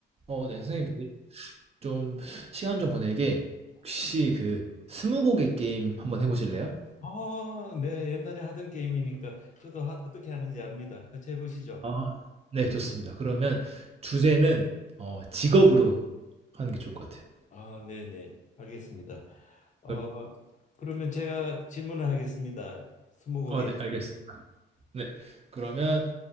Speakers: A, on the right; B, on the left.
A: 어, 네, 선생님, 저희 좀 시간 좀 보내게 혹시 그 스무고개 게임 한번 해보실래요?
B: 아, 네, 옛날에 하던 게임이니까 저도 하, 어떻게 하는지 압니다. 같이 해보시죠.
A: 아, 네, 좋습니다. 그러면 주제는 어, 직업으로 하는 게 좋을 것 같아요.
B: 아, 네, 네, 알겠습니다. 어,
A: 그럼-
B: 그러면 제가 질문을 하겠습니다. 스무고개.
A: 어, 네, 알겠습니다. 네, 그러면